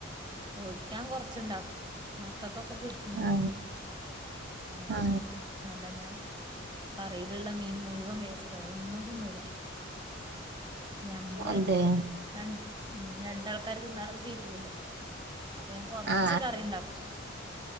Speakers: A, on the right; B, on the right.
A: ഒഴിക്കാൻ കൊറച്ച്ണ്ടാക്കും മക്കൾക്കൊക്കെ പൊരിക്കും ചെയും.
B: ആ
A: അങ്ങനെ
B: ആ
A: ചെയ്യും നല്ല ഞാ കറിയിലുള്ളമീൻ മുഴുവൻ വേസ്റ്റാവും ഒന്നുംതിന്നുല. ഞമ്മള്
B: അതെ
A: രൺ ഉം രണ്ടാൾക്കാര് തിന്നാലൊന്നും തീരുലല്ലോ? അപ്പൊ ഞാൻ കൊറച്ച്
B: ആ
A: കറി ഇണ്ടാക്കും